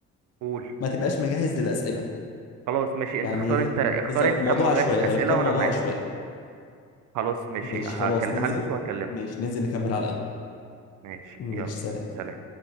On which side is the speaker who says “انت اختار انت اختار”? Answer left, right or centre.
Right